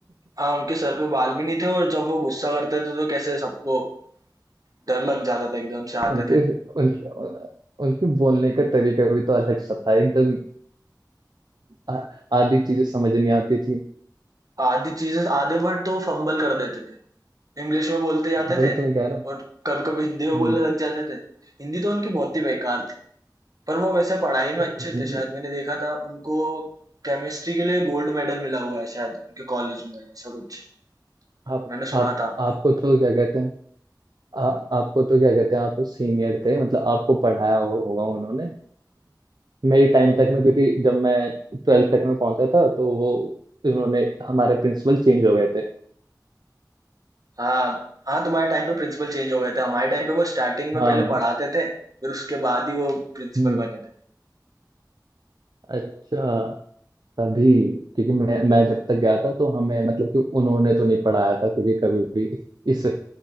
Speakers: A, on the right; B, on the right.
A: हाँ उनके सर पे बाल भी नहीं थे और जब वो गुस्सा करते थे तो कैसे सबको डर लग जाता था एकदम से आते
B: उनके
A: थे
B: उनके उनके बोलने का तरीका भी तो अलग सा था एकदम आ- आधी चीजें समझ नहीं आती थी
A: आधी चीजें आधे वर्ड तो फंबल कर देते थे इंग्लिश में बोलते जाते
B: वही
A: थे
B: तो मैं कह रहा हूँ
A: और कभी कभी हिंदी में
B: हम्म,
A: बोलने लग जाते थे हिंदी तो उनकी बहुत ही बेकार पर वो वैसे पढ़ाई में
B: अरे
A: अच्छे
B: हिंदी-
A: थे शायद मैंने देखा था उनको केमिस्ट्री के लिए गोल्ड मेडल मिला हुआ है शायद उनके कॉलेज में ऐसा कुछ
B: आप
A: मैंने सुना
B: आप
A: था
B: आपको तो क्या कहते हैं आ, आपको तो क्या कहते हैं आप सीनियर थे मतलब आपको पढ़ाया हो, होगा उन्होंने मेरी टाइम तक में क्योंकि जब मैं ट्वेल्थ तक में पहुंचा था तो वो उन्होंने हमारे प्रिंसिपल चेंज हो गए थे
A: हाँ हाँ तुम्हारे टाइम पे प्रिंसिपल चेंज हो गए थे हमारे टाइम पे वो स्टार्टिंग में
B: हाँ
A: पहले पढ़ाते थे फिर उसके बाद ही वो प्रिंसिपल
B: हम्म
A: बने थे
B: अच्छा तभी क्योंकि मैं मैं जब तक गया था तो हमें मतलब कि उन्होंने तो नहीं पढ़ाया था क्योंकि कभी भी <laughs> इस